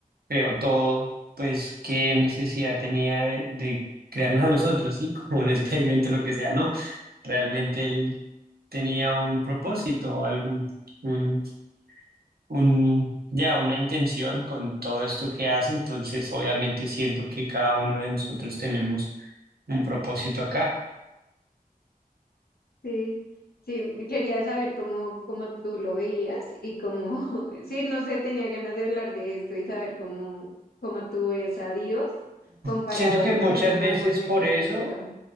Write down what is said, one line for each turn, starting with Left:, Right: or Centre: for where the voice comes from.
Right: creó todo, pues qué necesidad tenía de, de crearnos a nosotros, ¿sí? <laughs> Como un experimento, lo que sea, no. Realmente él tenía un propósito, algún, un, un, ya una intención con todo esto que hace, entonces obviamente siento que cada uno de nosotros tenemos un propósito acá.
Left: Sí, sí, quería saber cómo, cómo tú lo veías y cómo, <laughs> sí, no sé, tenía ganas de hablar de esto y saber cómo, cómo tú ves a Dios comparado
Right: Siento
Left: a
Right: que
Left: lo
Right: muchas
Left: que uno normalmente
Right: veces por eso
Left: escucha.